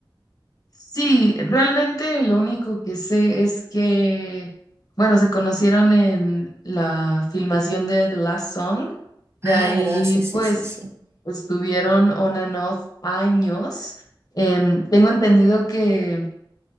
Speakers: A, on the left (about 50°); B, on the right (about 30°).
A: Sí, realmente lo único que sé es que, bueno, se conocieron en la filmación de The Last Song, de
B: Ah,
A: ahí
B: ¿verdad? Sí, sí,
A: pues
B: sí, sí.
A: estuvieron on and off años. Em, tengo entendido que